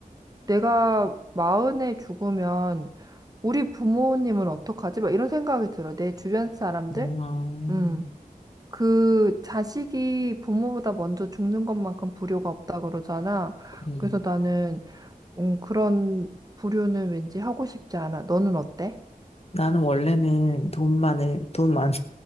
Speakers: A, on the right; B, on the left.
A: 내가 마흔에 죽으면 우리 부모님은 어떡하지? 막 이런 생각이 들어. 내 주변 사람들?
B: 음. 아,
A: 음. 그 자식이 부모보다 먼저 죽는 것만큼 불효가 없다 그러잖아.
B: 그래.
A: 그래서 나는 음, 그런 불효는 왠지 하고 싶지 않아. 너는 어때?
B: 나는 원래는 돈만을돈만